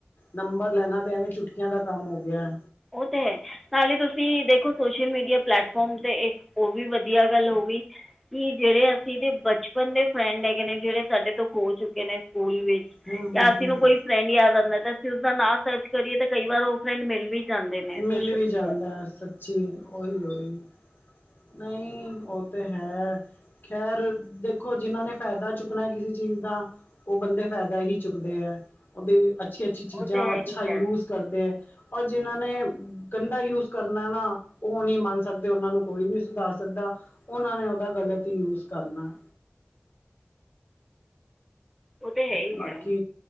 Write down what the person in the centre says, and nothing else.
ਉਹ ਤੇ ਹੈ ਨਾਲੇ ਤੁਸੀਂ ਦੇਖੋ ਸੋਸ਼ਲ ਮੀਡੀਆ ਪਲੇੈਟਫੋਮ ਤੇ ਇੱਕ ਹੋ ਵੀ ਵਧੀਆ ਗੱਲ ਹੋ ਗਈ ਕਿ ਜਿਹੜੇ ਅਸੀਂ ਦੇ ਬਚਪਨ ਦੇ ਫਰੈਂਡ ਹੈਗੇ ਨੇ ਜਿਹੜੇ ਸਾਡੇ ਤੋਂ ਹੋ ਚੁੱਕੇ ਨੇ ਸਕੂਲ ਵਿੱਚ
ਜਾਂ ਅਸੀਂ
ਨੂੰ ਕੋਈ ਫਰੈਂਡ ਯਾਦ ਆਂਦਾ ਤੇ ਅਸੀਂ ਉਸਦਾ ਨਾਂ ਸਰਚ ਕਰੀਏ ਤੇ ਕਈ ਵਾਰ ਉਹ ਫਰੈਂਡ ਮਿਲ ਵੀ ਜਾਂਦੇ ਨੇ
ਸੋਸ਼ਲ
ਮੀਡੀਆ
'ਤੇ
ਉਹ ਤਾਂ ਹੈ
ਹੀ
ਹੈ
ਉਹ ਤਾਂ ਹੈ ਹੀ
ਹੈ